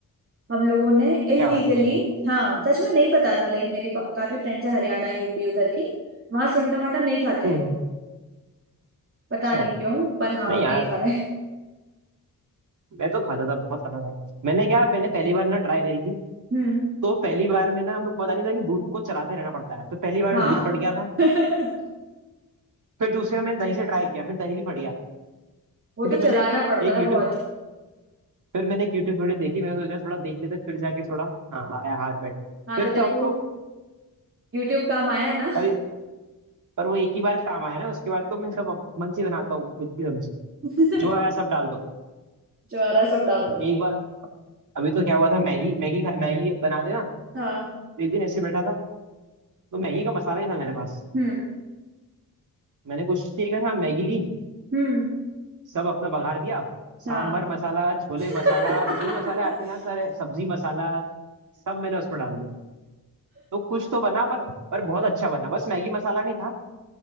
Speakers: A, on the right; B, on the right.
A: हम लोगों ने इलीगली
B: क्या बात करो
A: हाँ सच में नहीं पता था लाइक मेरी का- काफी फ्रेंड्स है हरियाणा यूपी उधर की वहां सेव टमाटर नहीं खाते
B: हम्म
A: हैं लोग पता
B: अच्छा
A: नहीं क्यों पर हाँ
B: नहीं
A: हम
B: यार
A: नहीं खा रहे
B: मैं तो खाता था बहुत खाता था मैंने क्या मैंने पहली बार ना ट्राई करी थी
A: हम्म
B: तो पहली बार में ना हम लोग को पता नहीं था कि दूध को चलाते रहना पड़ता है तो पहली बार
A: हाँ
B: में दूध फट गया था
A: <laughs>
B: फिर दूसरे में मैंने दही से ट्राई किया फिर दही भी फट गया
A: वो
B: फिर
A: तो
B: मैंने
A: चलाना पड़ता
B: एक
A: है
B: यूट्यूब
A: बहुत
B: फिर मैंने एक यूट्यूब वीडियो देखी मैंने सोचा थोड़ा देख लेते हैं, फिर जाके थोड़ा हाँ आया हाथ बैठ
A: हाँ
B: फिर
A: तो देखो
B: तो अब तो
A: यूट्यूब काम आया है ना
B: कभी पर वो एक ही बार काम आया ना उसके बाद तो मैं सब अप- मन से बनाता हूँ खुद की सब्जी
A: <laughs>
B: जो आया सब डाल दो
A: जो आ रहा है सब डाल दो
B: एक बार अभी तो क्या हुआ था मैगी मैगी खा- मैगी बनाते ना
A: हाँ
B: तो एक दिन ऐसे बैठा था तो मैगी का मसाला नहीं था मेरे पास
A: हम्म
B: मैंने कुछ नहीं करा मैगी ली
A: हम्म
B: सब अपना बघार दिया सांभर
A: हाँ
B: मसाला छोले
A: <laughs>
B: मसाला जो भी मसाले आते हैं ना सारे सब्जी मसाला सब मैंने उसमें डाल दिया तो कुछ तो बना पर पर बहुत अच्छा बना बस मैगी मसाला नहीं था